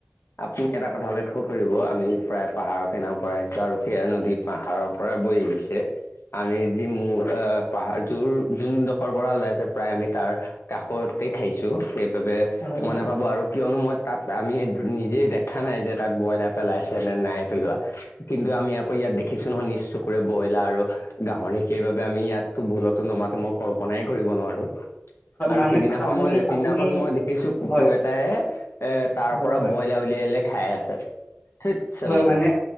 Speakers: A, on the left; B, on the left.
A: আপুনি এটা কথা লক্ষ্য কৰিব আমি প্ৰায় পাহাৰৰ কিনাৰ পৰা আহিছো আৰু সেয়া নদী পাহাৰ পাহাৰৰ পৰা বৈ আহিছে আমি ই মোৰ আহ পাহাৰ যোৰ যোনডোখৰ পৰা ওলাই আছে প্ৰায় আমি তাৰ কাষৰত তে খাইছো সেইবাবে
B: হয়
A: মই
B: হয়
A: নাভাবো আৰু কিয়নো মই তাত আমি নিজে দেখা নাই যে তাত ব্ৰইলাৰ পেলাইছে নে নাই পেলোৱা কিন্তু, আমি আকৌ ইয়াত দে খিছু নহয় নিজ চকুৰে বইলা আৰু গাহৰি সেই বাবে আমি ইয়াতো ভুলতো নমাতো মই কল্পনাই কৰিব নোৱাৰো। আৰু
B: মানে
A: সিদিনাখন
B: আপুনি
A: মই সিদিনাখন
B: আপুনি
A: মই দেখিছো কুকুৰ
B: হয়
A: এটাৰে এ তাৰ
B: হয়
A: পৰা
B: হয়
A: বইলা উলিয়াই উলিয়ায় খাই আছে। ধেত চাল্লা
B: হয় মানে